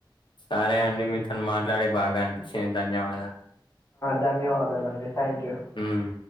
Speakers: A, on the left (about 75°); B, on the left (about 35°).
A: సరే అండి మీ తను మాట్లాడే బాగా అనిపించింది ధన్యవాదాలు
B: ధన్యవాదాలుండి థ్యాంక్ యూ
A: మ్మ్.